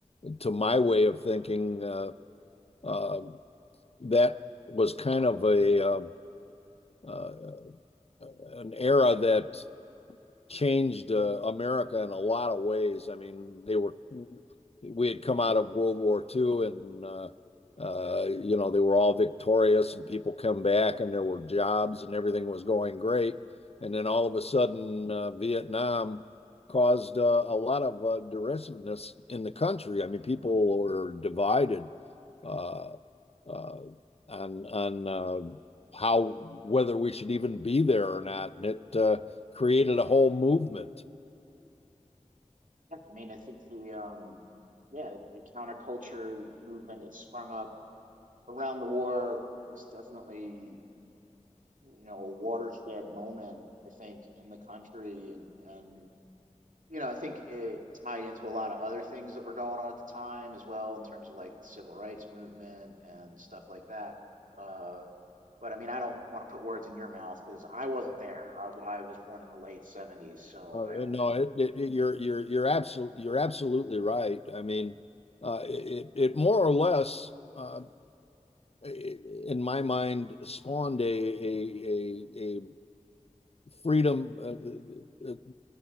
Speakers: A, on the left; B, on the right.
A: to my way of thinking, uh uh that was kind of a uh, uh an era that changed uh, America in a lot of ways. I mean, they were we had come out of World War II, and uh, uh, you know they were all victorious, and people come back, and there were jobs, and everything was going great. And then all of a sudden, uh, Vietnam caused uh, a lot of uh, derisiveness in the country. I mean, people were divided uh, uh, on on uh, how whether we should even be there or not, and it uh, created a whole movement.
B: Yeah. I mean, I think the um, yeah, the counterculture movement that sprung up around the war was definitely you know a watershed moment. I think in the country and and you know I think it tied into a lot of other things that were going on at the time as well in terms of like the civil rights movement and stuff like that. Uh, But I mean, I don't want to put words in your mouth because I wasn't there. I, w- I was born in the late 70s, so
A: Uh,
B: I only.
A: no, it, it, it- you're you're you're absolutely you're absolutely right. I mean, uh, it it more or less, uh, in my mind, spawned a a a, a freedom uh, uh, uh,